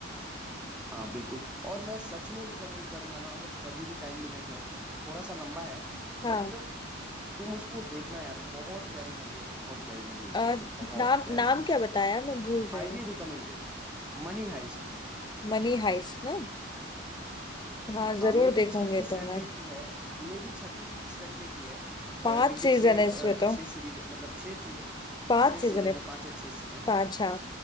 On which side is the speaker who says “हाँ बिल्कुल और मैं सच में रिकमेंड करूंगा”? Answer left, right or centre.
Centre